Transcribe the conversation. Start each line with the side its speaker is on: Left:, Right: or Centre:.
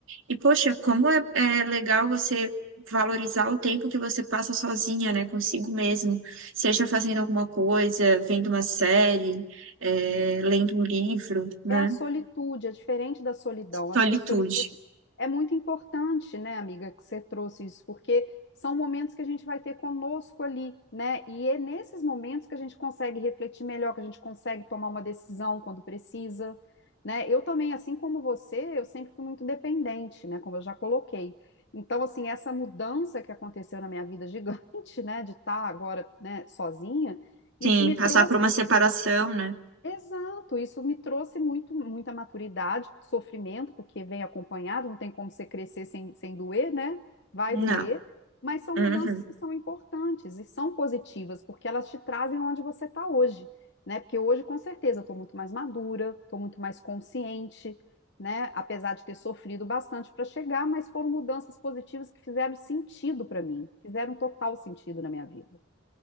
Right: E, poxa, como é, é legal você valorizar o tempo que você passa sozinha, né? Consigo mesmo. Seja fazendo alguma coisa, vendo uma série, é, lendo um livro, né?
Left: É a solitude, é diferente da solidão.
Right: Solitude.
Left: Acho que a solitude é muito importante, né, amiga, que você trouxe isso, porque são momentos que a gente vai ter conosco ali, né? E é nesses momentos que a gente consegue refletir melhor, que a gente consegue tomar uma decisão quando precisa, né? Eu também, assim como você, eu sempre fui muito dependente, né, como eu já coloquei. Então, assim, essa mudança que aconteceu na minha vida gigante, <laughs> né, de estar agora, né, sozinha, isso
Right: Sim,
Left: me
Right: passar
Left: trouxe
Right: por uma separação, né?
Left: Exato, isso me trouxe muito, muita maturidade, sofrimento, porque vem acompanhado, não tem como você crescer sem, sem doer, né? Vai
Right: Não.
Left: doer, mas são mudanças
Right: Uhum.
Left: que são importantes e são positivas, porque elas te trazem onde você está hoje, né? Porque hoje, com certeza, eu estou muito mais madura, estou muito mais consciente, né? Apesar de ter sofrido bastante para chegar, mas foram mudanças positivas que fizeram sentido para mim, fizeram total sentido na minha vida.